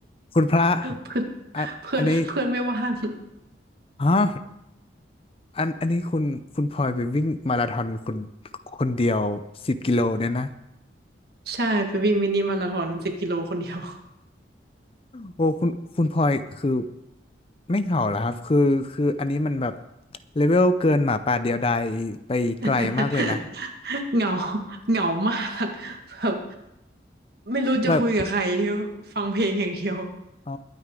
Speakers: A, on the left; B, on the right.
A: คุณพระ
B: เพื่อน
A: อันอันนี้
B: เพื่อนเพื่อนไม่ว่าง
A: ฮะอันอันนี้คุณคุณพลอยไปวิ่งมาราธอนคุณคนเดียวสิบกิโลเนี่ยนะ
B: ใช่ไปวิ่งมินิมาราธอนสิบกิโลคนเดียว
A: โอ้คุณคุณพลอยคือไม่เหงาเหรอครับคือคืออันนี้มันแบบเลเวลเกินหมาป่าเดียวดายไปไกลมากเลยนะ
B: <laughs> เหงาเหงามากแบบไม่รู้จะคุยกับใคร
A: แบบ
B: ฟังเพลงอย่างเดียว
A: อ๋อ